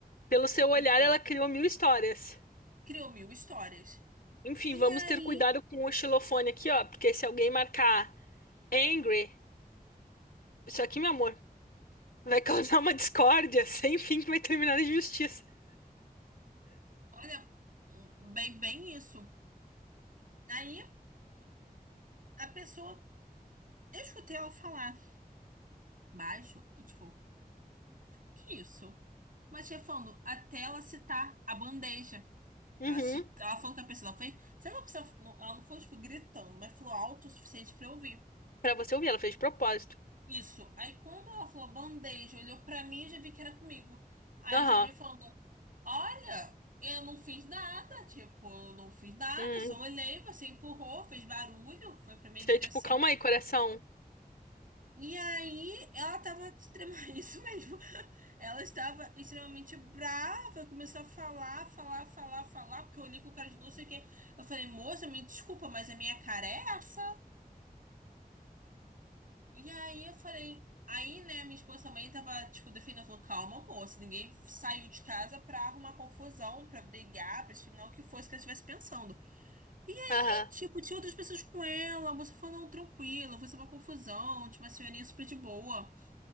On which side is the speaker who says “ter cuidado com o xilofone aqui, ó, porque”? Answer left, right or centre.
Left